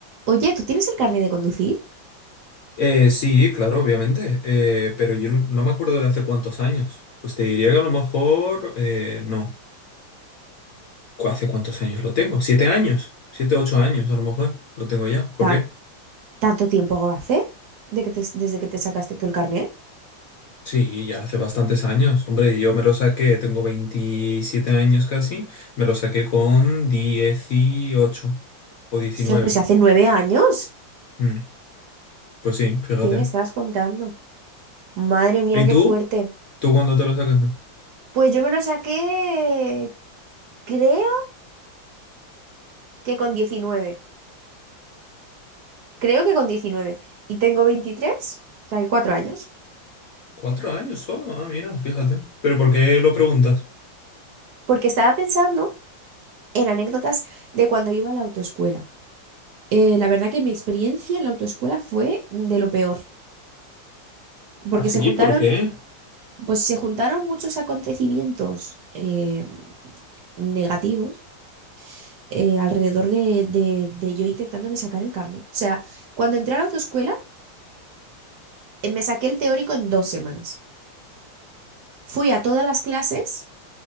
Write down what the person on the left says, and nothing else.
Eh, sí, claro, obviamente, eh, pero yo n- no me acuerdo de hace cuántos años. Pues te diría que a lo mejor, eh, no, ¿Cu- ¿hace cuántos años lo tengo? Siete años, siete, ocho años a lo mejor lo tengo ya. ¿Por
qué?
Sí, ya hace bastantes años. Hombre, yo me lo saqué, tengo 27 años casi, me lo saqué con dieciocho o diecinueve.
Mm, pues sí, fíjate.
¿Y
tú?
¿Tú cuándo te lo sacas?
Cuatro años solo, ah, mira, fíjate. ¿Pero por qué lo preguntas?
¿Ah, sí?
¿Por qué?